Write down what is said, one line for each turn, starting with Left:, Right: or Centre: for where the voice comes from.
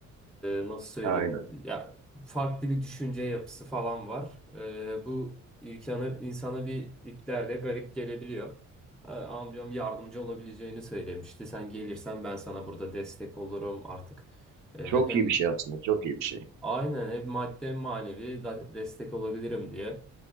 Centre: e, nasıl
Right: Aynen.
Centre: söyleyeyim ya farklı bir düşünce yapısı falan var. E, bu insanı insana bir iplerde garip gelebiliyor. Ha, Amcam yardımcı olabileceğini söylemişti. Sen gelirsen ben sana burada destek olurum artık. E,
Right: Çok
Centre: hem
Right: iyi bir şey aslında. Çok iyi bir şey.
Centre: Aynen hep madde manevi da- destek olabilirim diye